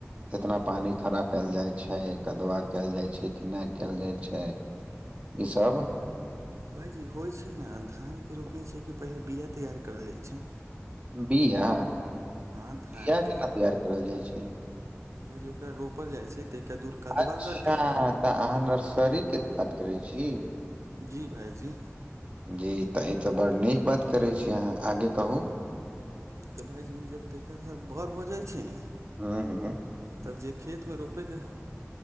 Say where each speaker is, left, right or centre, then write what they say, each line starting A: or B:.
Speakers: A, on the right (about 25°); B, on the right (about 80°).
A: कितना पानी खड़ा केल जाइ छै कदवा केल जाइ छै कि ना केल जाइ छै ई सब
B: भाायजी होइत् छै ने धानके रोपनी छै कि पहिले बीआ तैयार करल जाइ छै
A: बिआा
B: हँ
A: केना
B: धानके
A: तैयार करल जाय छै
B: भायजी ओकरा रोपल जाइ छै तहिका दूर कदवा
A: अच्छा
B: करके
A: तऽ अहाँ नर्सरी के बात करै छी
B: जी भाइजी
A: जी तऽ ई तऽ बडड़ नीक बात करै छी अहाँ आगे कहू
B: तऽ भाायजी ओ जब तैका सा बड़ हो जाइ छै ने
A: हुॅं हुॅं
B: तब जे खेतमे रोपेके